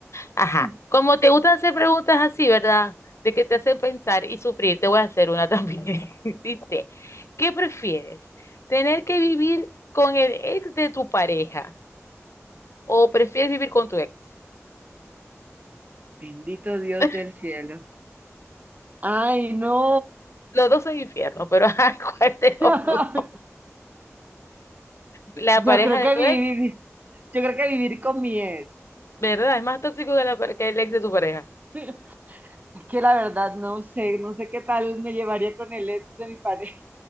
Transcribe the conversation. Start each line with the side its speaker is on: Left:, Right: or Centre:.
Left: Ajá.
Right: <laughs>
Left: Como te gustan hacer preguntas así, ¿verdad? De que te hacen pensar y sufrir, te voy a hacer una también. <laughs> Dice, ¿qué prefieres? ¿Tener que vivir con el ex de tu pareja o prefieres vivir con tu ex?
Right: Bendito Dios
Left: <laughs>
Right: del cielo. Ay, no.
Left: Los dos son infierno, pero ajá, <laughs> ¿cuál de los
Right: <laughs>
Left: dos? La
Right: Yo
Left: pareja
Right: creo
Left: de
Right: que
Left: tu
Right: vivir,
Left: ex,
Right: yo creo que vivir con mi ex.
Left: ¿verdad? Es más tóxico que, la pare- que el ex de tu pareja.
Right: <laughs> Es que la verdad no sé, no sé qué tal me llevaría con el ex de mi pareja.